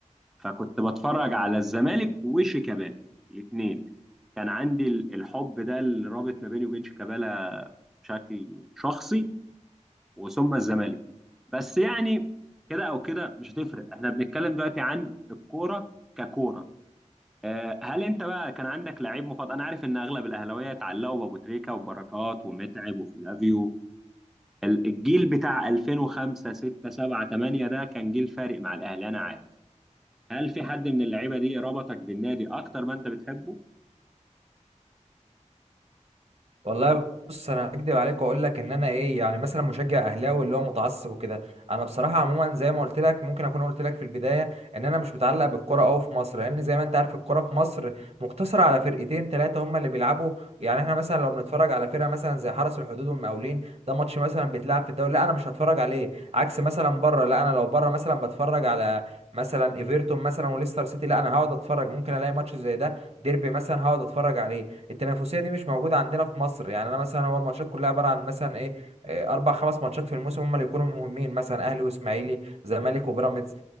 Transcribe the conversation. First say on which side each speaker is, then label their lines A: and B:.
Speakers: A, in the centre; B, on the right.
A: فكنت بتفرج على الزمالك وشيكابالا الاثنين كان عندي ال- الحب ده اللي رابط ما بيني وبين شيكابالا بشكل شخصي وثم الزمالك بس يعني كده او كده مش هتفرق احنا بنتكلم دلوقتي عن الكوره ككوره آه، هل انت بقى كان عندك لعيب مفضل انا عارف ان اغلب الاهلاويه اتعلقوا بابو تريكه وبركات ومتعب وفلافيو ال- الجيل بتاع 2005 6 7 8 ده كان جيل فارق مع الاهلي انا عارف هل في حد من اللعيبه دي ربطك بالنادي اكتر ما انت بتحبه
B: والله بص انا هكدب عليك واقول لك ان انا ايه يعني مثلا مشجع اهلاوي اللي هو متعصب وكده انا بصراحه عموما زي ما قلت لك ممكن اكون قلت لك في البدايه ان انا مش متعلق بالكره قوي في مصر لان زي ما انت عارف الكره في مصر مقتصره على فرقتين ثلاثه هم اللي بيلعبوا يعني احنا مثلا لو بنتفرج على فرقه مثلا زي حرس الحدود والمقاولين ده ماتش مثلا بيتلعب في الدوري لا انا مش هتفرج عليه عكس مثلا بره لا انا لو بره مثلا بتفرج على مثلا ايفرتون مثلا وليستر سيتي لا انا هقعد اتفرج ممكن الاقي ماتش زي ده ديربي مثلا هقعد اتفرج عليه التنافسيه دي مش موجوده عندنا في مصر يعني انا مثلا هو الماتشات كلها عباره عن مثلا ايه آه، اربع خمس ماتشات في الموسم هم اللي يكونوا مهمين مثلا اهلي واسماعيلي زمالك وبيراميدز